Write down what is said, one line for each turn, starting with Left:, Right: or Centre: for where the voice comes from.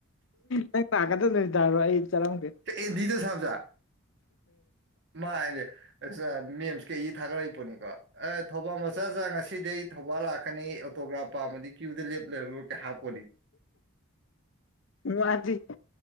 Left: ꯅꯪ ꯇꯥꯛꯀꯗꯗꯇꯥꯔꯣ ꯑꯩ ꯆꯠꯂꯝꯒꯦ
Right: ꯑꯦꯟꯗꯤꯗ ꯁꯥꯕꯖ ꯃꯥ ꯍꯥꯏꯅꯦꯦꯝ ꯀꯩ ꯊꯥꯒꯠꯂꯛꯏꯄꯅꯤꯀꯣ ꯑꯦ ꯊꯧꯕꯥꯜ ꯃꯆꯥꯖ ꯉꯁꯤꯗꯩ ꯊꯧꯕꯥꯜ ꯂꯥꯛꯀꯅꯤ ꯑꯣꯇꯣꯒ꯭ꯔꯥ ꯄꯥ ꯑꯃꯗꯤ ꯀ꯭ꯌꯨꯗ ꯂꯦꯞꯂꯒ ꯀ ꯍꯥꯞꯄꯅꯤ
Left: ꯃꯥꯗꯤ